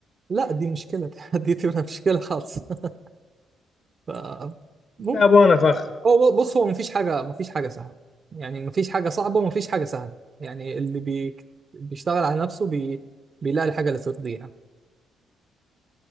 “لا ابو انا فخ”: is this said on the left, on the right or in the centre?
Left